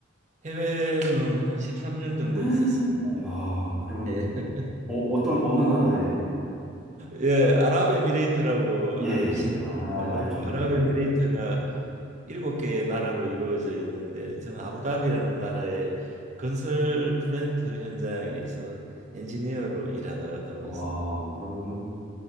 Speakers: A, on the right; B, in the centre.
A: 해외는 한 13년 정도
B: <laughs>
A: 있었습니다.
B: 야, 그러면,
A: 예.
B: 어, 어떤, 어느 나라에?
A: 예, 아랍에미레이트라고
B: 예,
A: 아시는가요?
B: 예. 아, 알죠,
A: 아랍에미레이트가
B: 예.
A: 일곱 개의 나라로 이루어져 있는데 저는 아부다비라는 나라의 건설 플랜트 현장에서 엔지니어로 일하다가 돌아왔습니다.
B: 와, 그러면은,